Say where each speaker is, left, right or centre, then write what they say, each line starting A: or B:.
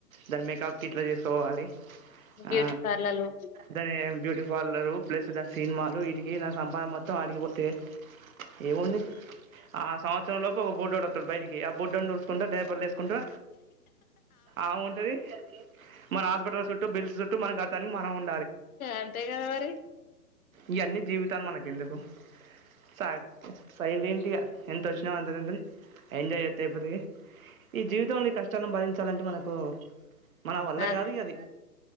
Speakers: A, on the right; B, on the left.
A: దాన్ మేకప్ కిట్లు తీస్కపోవాలి. ఆ
B: బ్యూటీ పార్లర్లు
A: దాని బ్యూటీ పార్లరు ప్లస్ దాని సినిమాలు వీటికి నా సంపాదన మొత్తం ఆడికిపోతే ఏముంది. ఆ సంవత్సరం లోపు ఒకబుడ్డోడు వస్తాడు బయటికి ఆ బుడ్డోడ్ని చూసుకుంటా డేపర్లు వేసుకుంటా ఆ ఉంటది మన హాస్పిటల్ చు చుట్టు బిల్స్ చుట్టు మన కడతానీ మనం ఉం
B: అంతే కదా మరి
A: ఈయన్ని జీవితాలు మనకెందుకు చక్ సైలెంటిగా ఎంతొచ్చిన అంత తింటు ఎంజాయ్ చెత్తే అయిపోతది. ఈ జీవితంలో ఈ కష్టాలను బరించి తలంటే మనకు మన వల్ల
B: అదే
A: కాదు గది